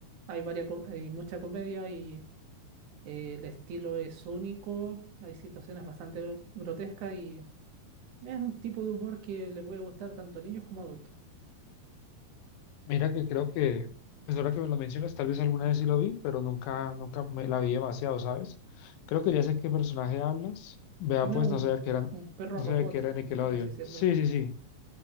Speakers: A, on the right (about 65°); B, on the left (about 80°).
A: hay varias, co- hay mucha comedia y eh, el estilo es único, hay situaciones bastante gro- grotescas y es un tipo de humor que le puede gustar tanto a niños como a adultos.
B: Mira que creo que, pues ahora que me lo mencionas, tal vez alguna vez sí lo vi, pero nunca, nunca me la vi demasiado, ¿sabes? Creo que ya sé qué personaje hablas. Vea,
A: Tiene
B: pues
A: un,
B: no sabía que eran,
A: un perro
B: no
A: robot,
B: sabía que era Nickelodeon.
A: por así decirlo.
B: Sí, sí, sí,